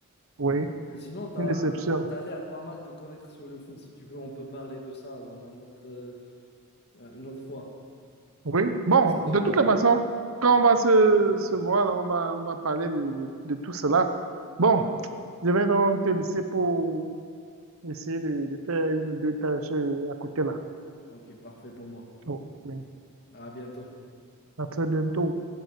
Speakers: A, on the right; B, on the left.
A: Oui,
B: Et sinon, tu
A: une
B: as,
A: déception.
B: l'air pas mal de connaître sur le foot. Si tu veux, on peut parler de ça dans un autre, euh, une autre fois.
A: Oui. Bon,
B: Ça te
A: de
B: va?
A: toute la façon, quand on va se, se voir, là, on va, on va parler de, de tout cela. Bon,
B: Ouais,
A: je vais donc te laisser pour essayer de, de faire une ou deux tâches euh, à côté là.
B: ok, parfait pour moi.
A: Oh, oui.
B: À bientôt.
A: À très bientôt.